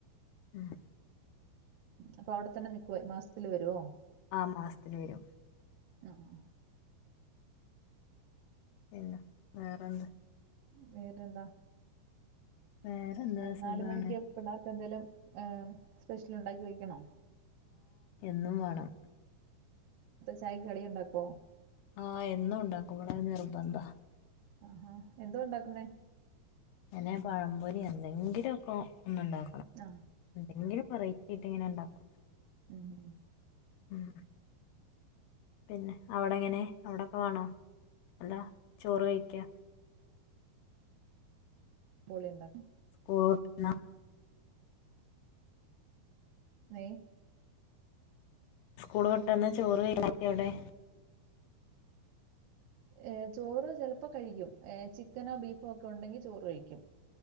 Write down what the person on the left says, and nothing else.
ഉം.
ആ മാസത്ത്ന് വെരും
പിന്ന, വേറെന്താ?
വേറെന്താ സുഖാണ്
ന്നും വാണം.
ആ എന്നുണ്ടാക്കും, ഇവടത് നിർബന്ധാ.
ങ്ങനെ പഴംപൊരി എന്തെങ്കിലും ഒക്ക ഒന്ന്ണ്ടാ
എങ്കിലും വെറൈറ്റി ആയ്ട്ട്ങ്ങനെ ഇണ്ടാക്കും.
ഉം. പിന്നെ അവിടെങ്ങനെ അവിടൊക്കെ വാണോ, അതോ ചോറ് കഴിക്കോ
<unintelligible>
സ്കൂള് വെട്ടന്ന് ചോറ് ക <unintelligible> അവ്ടെ?